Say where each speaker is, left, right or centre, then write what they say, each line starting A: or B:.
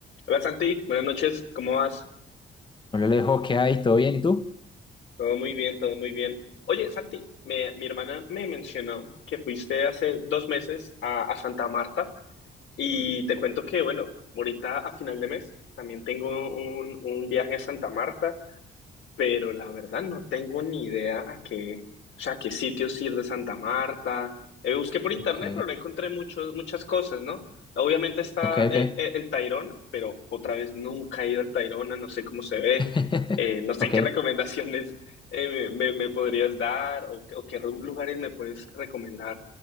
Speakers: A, on the left (about 70°); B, on the left (about 25°).
A: Hola Santi, buenas noches, ¿cómo vas?
B: Hola Alejo, ¿qué hay? ¿Todo bien? ¿Y tú?
A: Todo muy bien, todo muy bien. Oye Santi, me- mi hermana me mencionó que fuiste hace dos meses a, a Santa Marta y te cuento que, bueno, ahorita a final de mes también tengo un, un viaje a Santa Marta pero la verdad no tengo ni idea a qué, o sea, a qué sitios ir de Santa Marta. Eh, busqué por internet,
B: Ok,
A: pero no encontré muchos, muchas cosas, ¿no? Obviamente está
B: ok, ok.
A: eh, eh, el Tayrona, pero otra vez nunca he ido al Tayrona, no sé cómo se ve,
B: <laughs>
A: eh, no sé
B: Ok.
A: qué <laughs> recomendaciones eh, me, me podrías dar o, qué- o qué ru- lugares me puedes recomendar